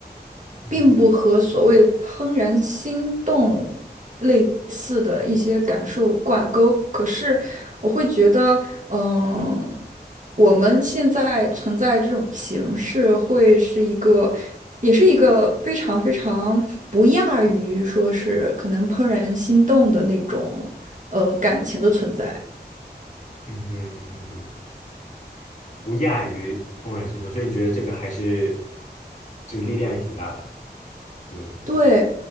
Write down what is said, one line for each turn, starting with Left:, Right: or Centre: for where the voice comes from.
Left: 嗯
Right: 并不和所谓的怦然心动类似的一些感受挂钩。可是我会觉得，嗯，我们现在存在这种形式，会是一个，也是一个非常非常不亚于说是可能怦然心动的那种，呃，感情的存在。
Left: 嗯哼嗯哼。不亚于怦然心动，所以你觉得这个还是这个力量也挺大的这种感觉。
Right: 对，